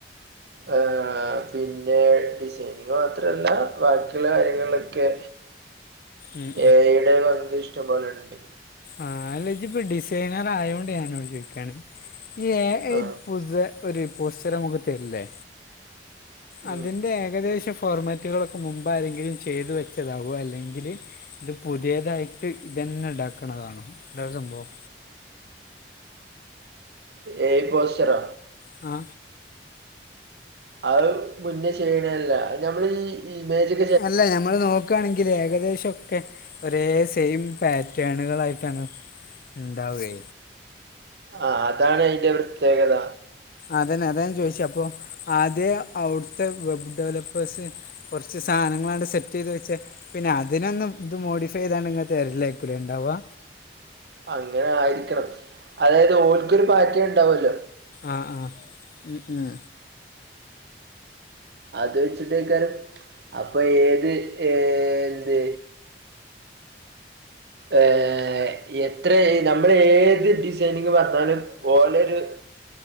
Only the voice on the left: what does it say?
ഉം,
ആഹ് അല്ല ഇജിപ്പൊ ഡിസൈനർ ആയോണ്ട് ഞാനനോട് ചോയ്ക്കാണ്. എ
ഐ പുത ഒരു പോസ്റ്റർമുക്ക് തരില്ലേ അതിന്റെ
ഏകദേശ ഫോർമാറ്റുകളൊക്കെ മുമ്പ് ആരെങ്കിലും ചെയ്തു വെച്ചതാവോ അല്ലെങ്കില് ഇത് പുതിയതായിട്ട് ഇജെന്നെ ഇണ്ടാക്ക ണതാണോ എന്താ സംഭവം
ആ
അല്ല ഞമ്മള് നോക്കി ക്ക് ആണെങ്കിൽ ഏകദേശൊക്കെ ഒരേ സെയിം പാറ്റേണുകളായിട്ടാണ് ഇണ്ടാവേ.
അതന്നെ അത ഞാൻ ചോദിച്ച അപ്പൊ ആദ്യ അവിടുത്തെ വെബ് ഡെവലപ്പേഴ്സ്- കൊർച്ച് സാധനങ്ങളണ്ട് സെറ്റിത് വെച്ചെ പിന്നെ അതിനൊന്നും ഇത് മോഡിഫൈയ്താണ്ട് ഇങ്ങ്ട്ട് വരലേരിക്കു ലേ ഇണ്ടാവാ?
ആഹ് ആഹ് ഉം ഉം